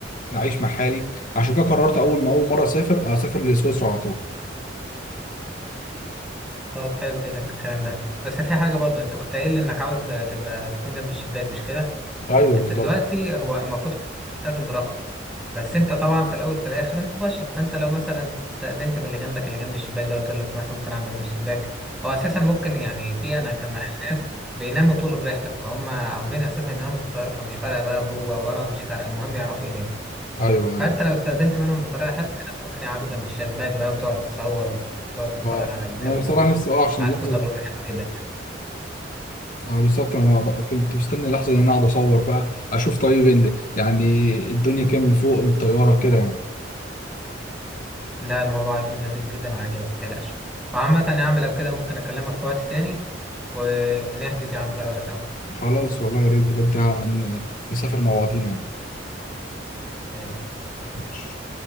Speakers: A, on the left; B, in the centre.
A: اعيش مع حالي عشان كده قررت اول ما اول مره اسافر اسافر لسويسرا على طول
B: طب حلو كده الكلام ده بس في حاجة برضو انت كنت قايل لي انك عاوز تبقى تكون جنب الشباك مش كده
A: ايوه
B: انت
A: بالظبط
B: دلوقتي هو المفروض ملتزم برقم بس انت طبعا في الاول في الاخر انت بشر فانت لو مثلا استأذنت من اللي جنبك اللي جنب الشباك ده قلت له لو سمحت ممكن اقعد جنب الشباك هو اساسا ممكن يعني في انا كان معايا ناس بيناموا طول الرحلة فهم عاوزين اساسا يناموا في الطيارة فمش فارقة بقى جوه ورا مش فارقة المهم يعرفوا يناموا
A: ايوه ايوه
B: فانت لو استأذنت منهم بطريقه حلوه كده ممكن يقعدوا جنب الشباك بقى وتقعد تتصور وتقعد تتفرج
A: اه
B: على المكان
A: انا
B: من
A: بصراحه
B: فوق
A: نفسي اه عشان
B: هتكون
A: اللحظه
B: تجربه
A: دي
B: حلوه جدا يعني
A: اه بالظبط انا بقى كنت مستني اللحظه دي إن انا اقعد اصور بقى اشوف طيب ال- يعني الدنيا كده من فوق من الطياره كده يعني
B: لا الموضوع هيكون لذيذ جدا وعاجبك ما تقلقش وعامة يا عم لو كده ممكن اكلمك في وقت تاني ونحجز يا عم طياره سوا
A: خلاص والله يا ريت بجد يعني ان نسافر مع بعضينا
B: يا ريت
A: يعني